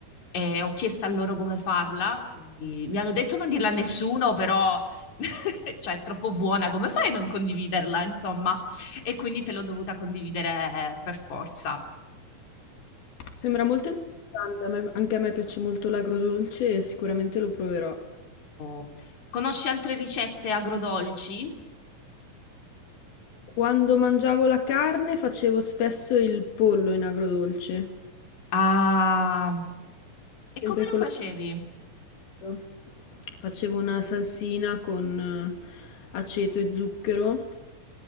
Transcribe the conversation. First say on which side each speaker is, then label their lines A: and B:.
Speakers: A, on the left (about 55°); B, on the left (about 80°).
A: e ho chiesto a loro come farla, quindi mi hanno detto non dirla a nessuno, però <laughs> cioè è troppo buona, come fai a non condividerla, insomma? E quindi te l'ho dovuta condividere eh, per forza.
B: Sembra molto interessante, a me- anche a me piace molto l'agrodolce e sicuramente lo proverò.
A: Oh. Conosci altre ricette agrodolci?
B: Quando mangiavo la carne facevo spesso il pollo in agrodolce,
A: Ah,
B: sempre
A: e come lo
B: con
A: facevi?
B: lo stesso. Facevo una salsina con eh, aceto e zucchero